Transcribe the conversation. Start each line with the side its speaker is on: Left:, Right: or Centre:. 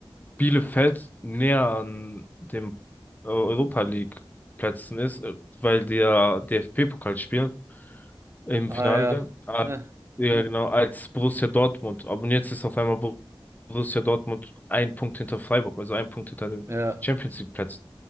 Left: Bielefeld näher an dem äh, Europa League Plätzen ist, äh, weil die ja DFB-Pokal spielen im
Right: Ah
Left: Finale.
Right: ja.
Left: Ah,
Right: Hm,
Left: Ja, genau, als Borussia Dortmund. Aber jetzt ist auf einmal Bo- Borussia Dortmund ein Punkt hinter Freiburg, also ein Punkt hinter den
Right: Ja.
Left: Champions League Plätzen